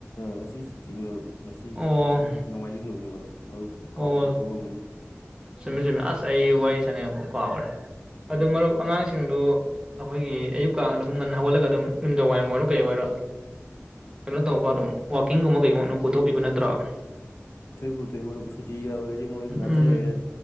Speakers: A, on the left; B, on the right.
A: ꯉꯁꯤ ꯁꯨꯇꯤꯅꯤ ꯃꯔꯨꯞ ꯉꯁꯤ
B: ꯑꯣ
A: ꯀꯩꯅꯣ ꯅꯣꯡꯃꯥꯏꯖꯤꯡ ꯅꯨꯃꯤꯠꯅꯤ ꯃꯔꯨꯞ ꯃꯔꯨꯞ ꯀꯥꯎ
B: ꯑꯣ
A: ꯀꯥꯎꯊꯣꯛꯑꯝꯕꯅꯤ
B: ꯆꯨꯝꯃꯤ ꯆꯨꯝꯃꯤ ꯑꯁ ꯑꯩ <unintelligible> <unintelligible> ꯑꯗꯨ
A: ꯎꯝ
B: ꯃꯔꯨꯞ ꯑꯉꯥꯡꯁꯤꯡꯗꯨ ꯑꯈꯣꯏꯒꯤ ꯑꯌꯨꯛꯀ ꯑꯗꯨꯝ ꯉꯟꯅ ꯍꯧꯒꯠꯂꯒ ꯑꯗꯨꯝ ꯅꯨꯝꯗꯥꯡ ꯋꯥꯏꯔꯝ ꯑꯣꯏꯔꯣ ꯀꯩ ꯑꯣꯏꯔꯣ ꯀꯩꯅꯣ ꯇꯧꯕ ꯑꯗꯨꯝ ꯋꯥꯥꯀꯤꯡꯒꯨꯝꯕ ꯀꯩꯒꯨꯝꯕꯝ ꯄꯨꯊꯣꯛꯄꯤꯕ ꯅꯠ <unintelligible>
A: ꯄꯨꯊꯣꯛꯏ ꯄꯨꯊ ꯃꯔꯨꯞ ꯁꯨꯇꯤꯒ ꯑꯣꯏꯔꯗꯤ ꯃꯣꯏ ꯉꯥꯛꯇꯪ
B: ꯎꯝ
A: ꯂꯩꯔ